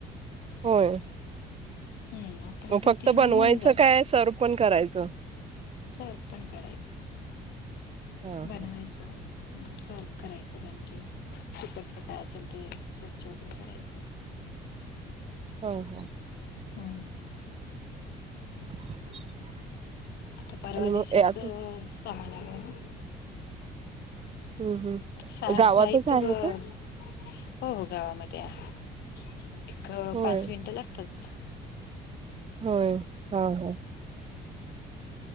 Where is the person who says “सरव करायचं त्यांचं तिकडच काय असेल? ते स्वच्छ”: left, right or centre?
Left